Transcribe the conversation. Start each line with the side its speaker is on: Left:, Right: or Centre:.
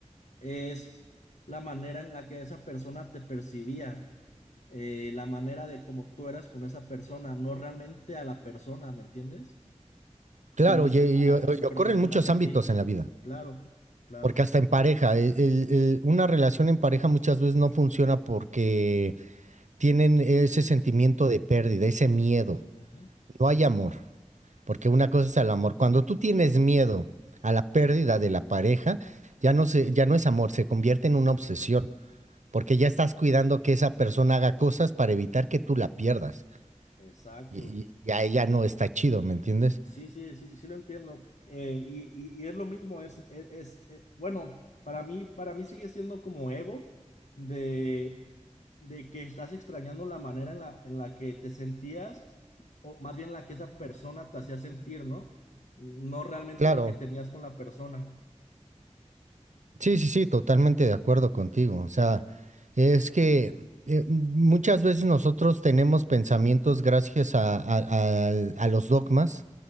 Left: es la manera en la que esa persona te percibía, eh, la manera de cómo tú eras con esa persona, no realmente a la persona, ¿me entiendes? Sino
Right: Claro,
Left: a
Right: y,
Left: su,
Right: y-
Left: a, a
Right: y
Left: su
Right: ocurre
Left: percepción
Right: en muchos
Left: hacia
Right: ámbitos
Left: ti.
Right: en la vida,
Left: Claro, claro.
Right: porque hasta en pareja, el- el- el- una relación en pareja muchas veces no funciona porque tienen ese sentimiento de pérdida, ese miedo,
Left: Ujú,
Right: no hay amor. Porque una cosa es el amor. Cuando tú tienes miedo a la pérdida de la pareja, ya no se, ya no es amor, se convierte en una obsesión, porque ya estás cuidando que esa persona haga cosas para evitar que tú la pierdas.
Left: Exacto.
Right: Y, y y ahí ya no está chido, ¿me entiendes?
Left: Sí, sí, sí, sí, sí lo entiendo. Eh, y, y- y es lo mismo, es, es, es- eh, bueno, para mí, para mí sigue siendo como ego de, de que estás extrañando la manera en la, en la que te sentías, o más bien la que esa persona te hacía sentir, ¿no? No realmente
Right: Claro,
Left: lo que tenías con la persona.
Right: sí, sí, sí, totalmente de acuerdo contigo. O sea, es que eh, muchas veces nosotros tenemos pensamientos gracias a, a a- a los dogmas